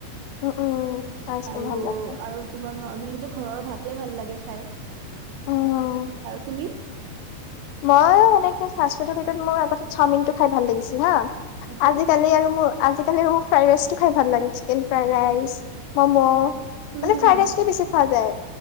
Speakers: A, on the left; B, on the right.
A: um um fast food
B: আৰু
A: ভাল লাগে।
B: আৰু তোমাৰ নৰ্মেলি টো ঘৰৰ ভাতে ভাল লাগে খাই
A: উম
B: আৰু তুমি
A: মই মানে কি ফাষ্ট ফুডৰ ভিতৰত মোৰ আগতে চাওমিন টো খাই ভাল লাগিছিল হা।
B: এতিয়া
A: আজিকালি আৰু মোৰ আজিকালি মোক ফ্ৰাইড ৰাইচ টো খাই ভাল লাগে, চিকেন ফ্ৰাইড ৰাইচ, ম'ম'। মানে
B: উম হম
A: ফ্ৰাইড ৰাইচটোৱে বেছি খোৱা যায়।